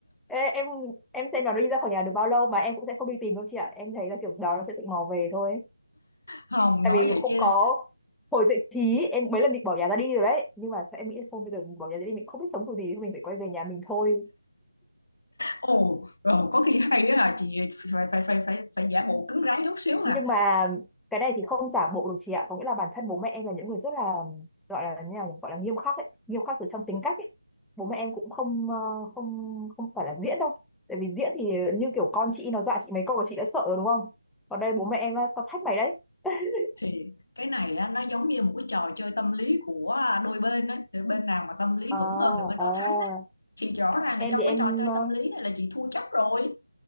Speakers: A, in the centre; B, on the left.
A: Ê, em em xem nó đi ra khỏi nhà được bao lâu mà em cũng sẽ không đi tìm đâu chị ạ em thấy là kiểu đó nó sẽ tự mò về thôi
B: không
A: tại
B: nói
A: vì
B: vậy
A: không
B: chứ
A: có hồi dậy thì em mấy lần định bỏ nhà ra đi rồi đấy nhưng mà em nghĩ là không bây giờ mình bỏ nhà ra đi mình không biết sống kiểu gì thôi mình phải quay về nhà mình thôi
B: ồ rồi có khi hay á hả chị phải phải phải phải phải giả bộ cứng rắn chút xíu
A: nhưng
B: hả
A: mà cái này thì không giả bộ được chị ạ có nghĩa là bản thân bố mẹ em là những người rất là gọi là như nào nhỉ? gọi là nghiêm khắc ấy nghiêm khắc từ trong tính cách ấy bố mẹ em cũng không ờ, không không phải là diễn đâu tại vì diễn thì như kiểu con chị nó dọa chị mấy câu là chị đã sợ rồi đúng không còn đây bố mẹ em á, tao thách mày đấy <laughs>
B: thì cái này á, nó giống như một cái trò chơi tâm lý của đôi bên ấy. Thì bên nào mà tâm lý
A: à,
B: vững hơn thì bên đó
A: à.
B: thắng ấy. thì rõ ràng là
A: em
B: trong
A: thì em
B: cái trò chơi
A: ờ,
B: tâm lý này là chị thua chắc rồi